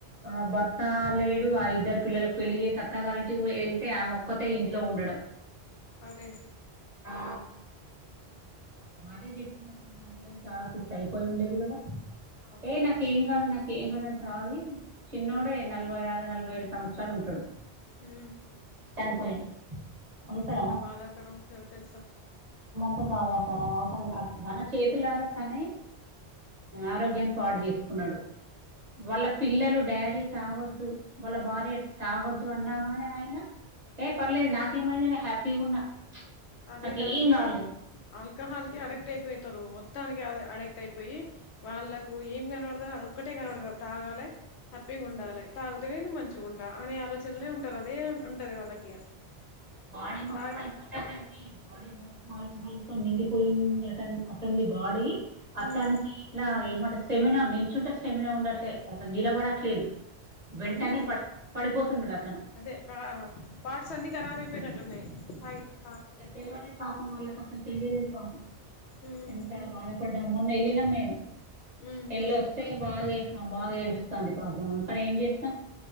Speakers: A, on the right; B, on the left.
A: ఆ భర్త లే ఆ ఇద్దరు పిల్లలకు పెళ్లి చేసి అత్తగారింటికి పో వెళ్తే ఆమోక్కతే ఇంట్లో ఉండడం
B: అరే
A: ఆ బానే చెప్ చెప్పినప్పుడు భార్య గురించి ఆలోచిస్తే అయిపోయి ఉండేది కదా
B: అవును
A: ఏ నాకేం కాదు నాకు ఏంగదు అని తాగి చిన్నోడే నలభై ఆరు నలభై ఏడు సంవత్సరాలు ఉంటడు
B: ఉ
A: చనిపోయిండు
B: అబ్బ
A: అవసరమా
B: ఎంత బాధాకరం చాలా తెలుసా
A: ఎంత బాధాకరమ అసలు తన చేతులారా తనే ఆరోగ్యాన్ని పాట తీసుకున్నాడు వాళ్ళ పిల్లలు డాడీ తాగొద్దు వాళ్ళ భార్య తాగొద్దు అన్నా కానే ఆయన ఏ పర్లేదు నాకేమైంద నే హ్యాపీగా ఉన్నా
B: అది
A: నాకు
B: దానికి
A: ఏం కాలేదు
B: ఆల్కహాల్ కి అడక్ట్ అయిపోతారు మొత్తం మొత్తానికి అడెక్ట్ అయిపోయి వాళ్ళలకు ఏం కనపడదు అది ఒక్కటే కనపడదు అది తాగాలే హ్యాపీగా ఉండాలి తాగితేనే మంచి మంచిగుంట అనే ఆలోచనలే ఉంటారు అదే ఉంటది వాళ్ళకి
A: బాడీ మొత్తం
B: తాగి
A: అయిపోయి బాడీ మొత్తం ఆల్కహాల్తో నిండిపోయింది అట అతనికి బాడీ అతనికి
B: ఉమ్
A: ఇట్లా ఏమంటే స్టెమినా నిల్చుంటే స్టెమినా ఉండట్లేదు అసలు నిలబడట్లేదు వెంటనే
B: అన్ని
A: పడ్ పడిపోతున్నాడు అతను.
B: అదే పా పార్ట్స్ అన్ని ఖరాబ్యిపోయిన ఉన్నాయి <unintelligible>
A: తెలవలేదు పాపం వాళ్ళకి అసలు తెలియలేదు పాపం
B: ఉమ్
A: ఎంత బాధపడ్డాం మొన్న వెళ్ళినం మేము
B: ఉమ్
A: ఎళ్ళ
B: చూసావా
A: వస్తే బాగా బాగా ఏడుస్తోంది పాపం కానీ ఏం చేస్తాం